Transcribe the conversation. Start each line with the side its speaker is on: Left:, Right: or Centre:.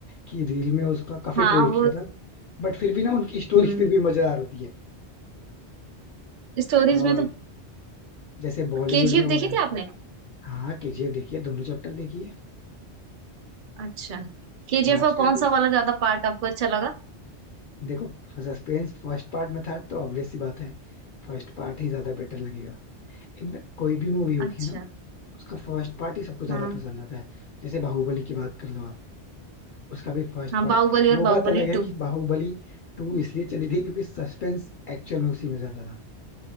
Left: कि रील में उसका काफी
Right: हाँ
Left: ट्रोल
Right: वो
Left: किया था बट फिर भी ना उनकी स्टोरी
Right: हम्म
Left: फिर भी मजेदार होती
Right: स्टोरीज
Left: है
Right: में तो
Left: जैसे बॉलीवुड
Right: केजीएफ
Left: में वो
Right: देखी
Left: है
Right: थी आपने
Left: हाँ केजीएफ देखिए दोनों चैप्टर देखिए
Right: अच्छा केजीएफ
Left: मास्टरपीस
Right: का कौन सा वाला ज्यादा पार्ट आपको अच्छा लगा
Left: देखो सस्पेंस फर्स्ट पार्ट में था तो ऑब्वियस सी बात है फर्स्ट पार्ट ही ज्यादा बेटर लगेगा इनफैक्ट कोई भी मूवी होती
Right: अच्छा
Left: है ना उसका फर्स्ट पार्ट ही सबको ज्यादा
Right: हाँ
Left: पसंद आता है जैसे बाहुबली की बात कर लो आप उसका भी फर्स्ट
Right: हाँ
Left: पार्ट
Right: बाहुबली
Left: वो
Right: और
Left: बात
Right: बाहुबली
Left: अलग है
Right: टू
Left: कि बाहुबली टू इसलिए चली थी क्योंकि सस्पेंस एक्चुअल में उसी में ज्यादा था